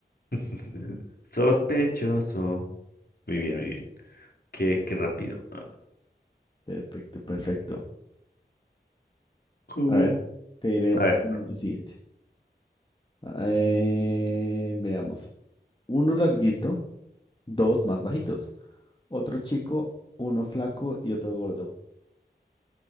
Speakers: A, on the left; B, on the left.
A: <laughs> sospechoso. Muy bien, muy bien. Qué, qué rápido. Ah,
B: Perfecto, perfecto.
A: ¿Cómo?
B: A ver, te diré
A: A ver,
B: un el siguiente. Eh, veamos. Uno larguito, dos más bajitos. Otro chico, uno flaco y otro gordo.